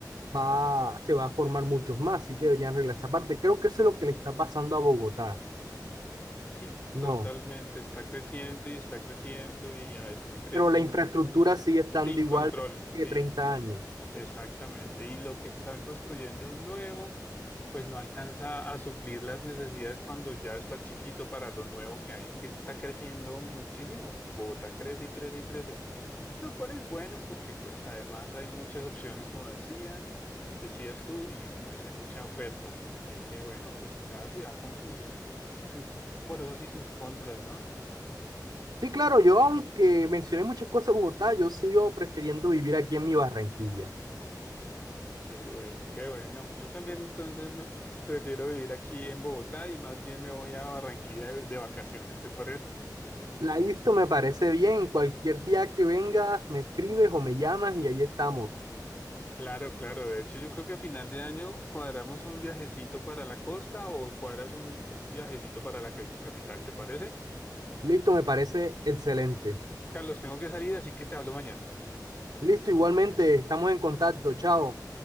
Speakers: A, on the right; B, on the left.
A: va, se va a formar muchos más, así que deberían arreglar esa parte. Creo que eso es lo que le está pasando a Bogotá.
B: sí,
A: No,
B: totalmente, está creciendo y está creciendo y a veces crecen
A: pero la infraestructura sigue estando
B: sin
A: igual
B: control, sí,
A: de treinta años.
B: exactamente. Y lo que están construyendo nuevo. pues no alcanza a suplir las necesidades cuando ya está chiquito para lo nuevo que hay. Es que está creciendo muchísimo. Bogotá crece y crece y crece, lo cual es bueno porque pues además hay muchas opciones, como decían, decías tú, y pues hay mucha oferta. Así que bueno, pues cada ciudad con sus, sus pros y sus contras, ¿no?
A: Sí, claro, yo aunque mencioné muchas cosas de Bogotá, yo sigo prefiriendo vivir aquí en mi Barranquilla.
B: Qué bueno, qué bueno. Yo también entonces me- prefiero vivir aquí en Bogotá y más bien me voy a Barranquilla de de vacaciones, ¿te parece?
A: La ISTO me parece bien, cualquier día que vengas me escribes o me llamas y ahí estamos.
B: Claro, claro. De hecho, yo creo que a final de año cuadramos un viajecito para la costa o cuadras un viajecito para la ca- capital, ¿te parece?
A: Listo, me parece excelente.
B: Carlos, tengo que salir, así que te hablo mañana.
A: Listo, igualmente, estamos en contacto, chao.